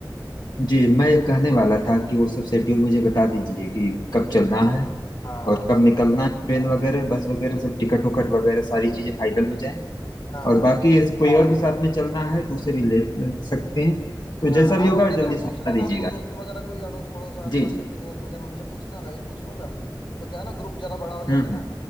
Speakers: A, on the left; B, on the left.
A: जी मैं कहने वाला था कि वो सब शेड्यूल मुझे बता दीजिए कि कब चलना
B: हाँ
A: है
B: हाँ हाँ
A: और
B: हाँ
A: कब निकलना है ट्रेन वगैरह बस वगैरह सब टिकट उकट वगैरह सारी चीजें फाइनल हो जाए
B: हाँ
A: और
B: हाँ
A: बाकी
B: हाँ
A: ऐसे कोई और भी साथ में चलना है तो उसे भी ले सकते हैं तो
B: हाँ
A: जैसा भी
B: आप
A: होगा
B: अपनी
A: जल्दी
B: तरफ
A: सूचना
B: पूछ लेना
A: दीजिएगा
B: अपने दोस्त वगैरह कोई अड़ोस पड़ोस आसपास
A: जी जी
B: के जो दोस्त वगैरह उनसे पूछना मैं भी पूछ लूंगा तो क्या है ना ग्रुप जरा बड़ा हो जाएगा
A: हम्म हम्म
B: ना